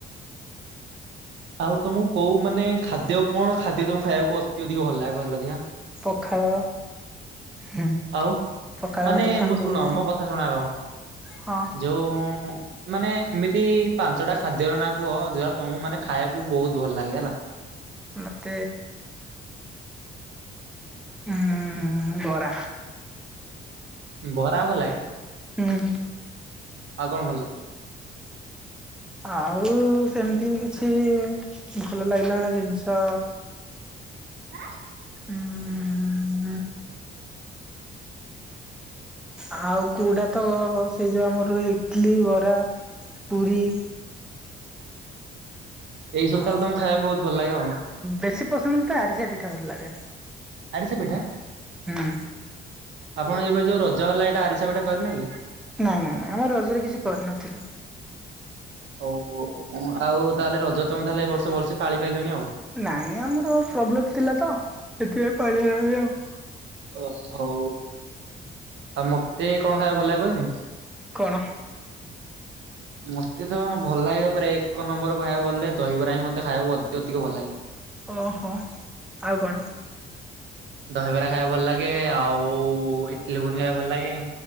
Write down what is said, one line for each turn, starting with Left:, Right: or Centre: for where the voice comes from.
Right: ଆଉ ତମକୁ କୋଉ ମାନେ ଖାଦ୍ୟ କଣ ଖାଦ୍ୟ ତମକୁ ଖାଇବାକୁ ଅତ ଅଧିକ ଭଲ ଲାଗେ କହିଲ ଅଧଆ।
Centre: ପଖାଳ ହୁଁ
Right: ଆଉ
Centre: ପଖାଳ
Right: ମାନେ
Centre: ଭାତ ସାଙ୍ଗକୁ
Right: ମୁଁ ଶୁଣ ମୋ କଥା ଶୁଣ ଆଗ
Centre: ହଁ
Right: ଯୋଉ ମାନେ ଏମିତି ପାଞ୍ଚଟା ଖାଦ୍ୟର ନାଁ କୁହ ଯଉଟା ତମକୁ ମାନେ ଖାଇବାକୁ ବହୁତ ଭଲ ଲାଗେ ହେଲା
Centre: ମତେ। ହୁଁ ବରା।
Right: ବରା ଭ ଲାଗେ
Centre: ହୁଁ।
Right: ଆଉ କଣ ଭଲ ଲାଗେ?
Centre: ଆଉ ସେମିତି କିଛି ଭଲ ଲାଗିଲା ଭଳି ଜିନିଷ
Right: ଆ।
Centre: ହୁଁୁଁ। ଆଉ କୋଉଟା ତ ସେଇ ଯୋଉ ଆମର ଇଟଲି ବରା ପୁରି।
Right: ଏଇ ସବୁ
Centre: ଆଉ
Right: ତାହେଲେ ତମକୁ ଖାଇବା ପାଇଁ ବହୁତ ଭଲ ଲାଗେ ଆଉ
Centre: ବେଶୀ ପସନ୍ଦ ତ ଆରିସା ପିଠା ଭଲ ଲାଗେ।
Right: ଆରିସା ପିଠା
Centre: ହୁଁ।
Right: କଣ ଏବେ ଯଉ ରଜ ହେଲା ଏଟା ଆରିସା ବିଟା କରିନ କି?
Centre: ନାଇ ନାଇ ନାଇଁ ଆମର ରଜରେ କିଛି କରିନଥିଲୁ।
Right: ହଉ ହଉ ଆଉ ତାହେଲେ ରଜ ତମେ ତାହେଲେ ଏ ବର୍ଷ ଭଲସେ ପାଳି ପାଇଲନି ଆଉ।
Centre: ନାଇଁ ଆମର ପ୍ରୋବ୍ଲେମ ଥିଲା ତ। ଏଥିପାଇଁ ପାଳିହେଲାନି ଆଉ।
Right: ଅ ହଉ ଆଉ ମତେ କଣ ଖାଇବା ଭଲ କହିବି
Centre: କଣ
Right: ମତେ ତ ଭଲ ଲାଗିବ ପା ଏକ ନମ୍ବର କହିବାକୁ ଗଲେ ଦହିବରା ହିଁ ମତେ ଖାଇବାକୁ ଅଧିକ ଭଲ ଲାଗେ
Centre: ଓହୋ ଆଉ କଣ
Right: ଦହିବରା ଖାଇବା ଭଲ ଲାଗେ ଆଉ ଇଟଲିବୁନ ଖାଇବା ଭଲ ଲାଗେ